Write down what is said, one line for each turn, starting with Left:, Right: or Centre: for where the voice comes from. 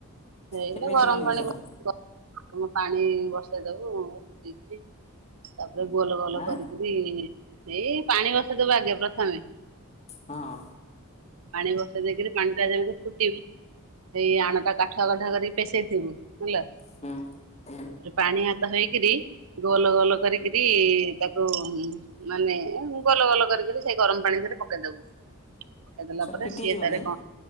Right: ହେଇଲୋ
Left: କେମିତି
Right: ଗରମ
Left: ହୁଏ
Right: ପାଣି
Left: ସେଟା
Right: ପାଣିବସେଇ ଦବୁ <unintelligible> ତାପରେ ଗୋଲ ଗୋଲ
Left: ଆଁ
Right: କରିକିରି ଏଇ ପାଣି ବସେଇ ଦେବୁ ଆଗେ ପ୍ରଥମେ।
Left: ହଁ।
Right: ପାଣି ବସେଇ ଦେଇକିରି ପାଣି ଟା ଯେମିତି ଫୁଟେଇ ଏଇ ଆଣ ଟା କାଠୁଆ କାଠୁଆ କରିକି ପେଶେଇ ଥିବୁ ଇଲୋ
Left: ହଁ ହୁଁ।
Right: ପାଣି ହାତ ହେଇକିରି ଗୋଲ ଗୋଲ କରିକିରି ତାକୁ ମାନେ ଗୋଲ ଗୋଲ କରିକିରି ସେଇ ଗରମ ପାଣି ରେ ପକେଇ ଦେବୁ। କହି ଦେଲା
Left: ସେଟା
Right: ପରେ
Left: ଫିଟି
Right: ସିଏ
Left: ଯିବନି
Right: ତାରେ କଣ?